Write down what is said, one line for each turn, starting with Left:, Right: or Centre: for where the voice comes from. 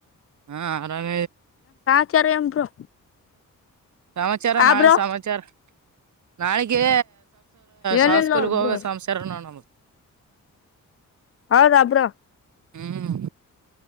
Right: ಹ್ಮ. ನ. <unintelligible>
Left: ಚಾರ ಬ್ರೋ.
Right: ಸಮಾಚಾರ
Left: ಆ
Right: ನಾಳೆ
Left: ಬ್ರೋ
Right: ಸಮಾಚಾರ. ನಾಳೆ.
Left: ಏನಿಲ್ಲ
Right: ಸಸ್ಕಲ್
Left: ನೋಡ್
Right: ಹೋಗ
Left: ಬ್ರೋ
Right: ಸಂಸಾರ ನಮ.
Left: ಹೌದ ಬ್ರೋ.
Right: ಹ್ಮ್.